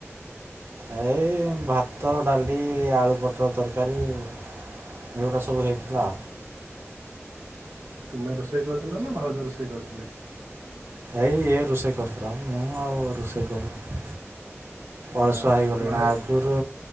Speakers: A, on the right; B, on the right.
A: ଏଇ ଭାତ ଡାଲି ଆଳୁ ପଟୋଳ ତରକାରୀ ଏଗୁଡ଼ା ସବୁ ହେଇଥିଲା।
B: ତୁମେ ରୋଷେଇ କରିଥିଲ ନା ଭାଉଜ ରୋଷେଇ କରିଥିଲେ?
A: ଏଇ ଇଏ ରୋଷେଇ କରୁଥିଲା ଆଉ ମୁଁ ଆଉ ରୋଷେଇ କରୁନି।
B: ଯାହା
A: ଅଳସୁଆ
B: ହଉ
A: ହେଇଗଲଲିଣି
B: ବାହା
A: ଆଗୁରୁ